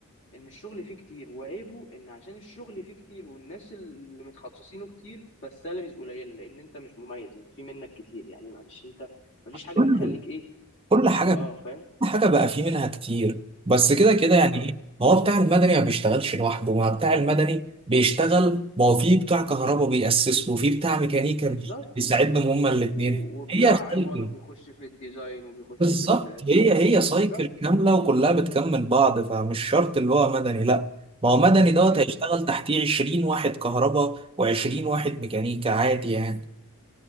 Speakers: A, on the left; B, on the right.
A: ان الشغل فيه كتير وعيبه ان عشان الشغل فيه كتير والناس اللي متخصصينه كتير فالسالاريز قليله لان انت مش مميز انت في منك كتير يعني معلش انت مفيش حاجه
B: كل
A: هتخليك ايه
B: كل حاجة
A: اه فاهم
B: حاجة بقى فيه منها كتير بس كده كده
A: بالظبط
B: يعني ايه ما هو بتاع المدني ما بيشتغلش لوحده ما بتاع المدني بيشتغل ما هو فيه بتاع كهرباء بيأسس له وفيه بتاع ميكانيكا
A: بالظبط
B: بيساعدهم هما الاتنين
A: و- و- وبتاع
B: هي سايكل
A: عماره بيخش في الديزاين وبيخش
B: بالظبط
A: في ال...
B: هي هي سايكل
A: بالظبط
B: كاملة وكلها بتكمل بعض فمش شرط اللي هو مدني لا ما هو مدني دوت
A: مم،
B: هيشتغل تحتيه 20 واحد كهرباء و20 واحد ميكانيكا عادي يعني